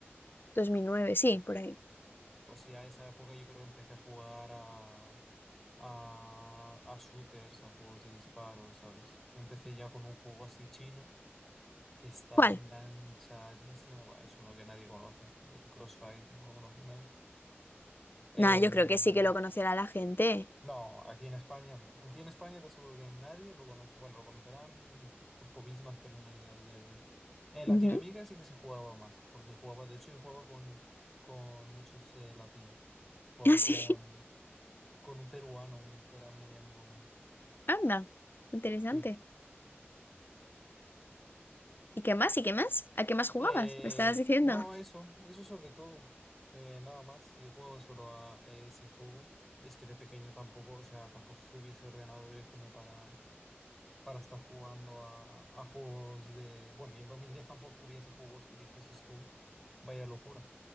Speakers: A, on the left; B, in the centre.
A: dos mil nueve sí, por ahí.
B: Pues ya a esa época yo creo que empecé a jugar a a, a shooters, a juegos de disparo, ¿sabes? Yo empecé ya con un juego así chino que estaba
A: ¿Cuál?
B: enganchadísimo. Bah, es uno que nadie conoce, el Crossfire, no lo conoce nadie. Em,
A: Nada, yo creo que sí que lo conocerá la gente.
B: no, aquí en España no. Aquí en España te aseguro que nadie lo conoce. Bueno, lo conocerán poquísimas personas ya a día de hoy. En Latinoamérica
A: Ujú.
B: sí que se jugaba más, porque jugaba, de hecho, yo jugaba con, con muchos eh, latinos. Jugaba
A: Así,
B: con, con un peruano, un- que era muy amigo mío.
A: <laughs> anda, interesante.
B: Sí.
A: ¿Y qué más? ¿Y qué más? ¿A qué más jugabas?
B: Eh,
A: Me estabas diciendo.
B: no, eso, eso sobre todo. Eh, nada más. Yo juego solo a ese juego. Es que de pequeño tampoco, o sea, tampoco es que hubiese ordenadores como para, para estar jugando a, a juegos de. Bueno, y en 2010 tampoco hubiese juegos que dijeses tú. Vaya locura.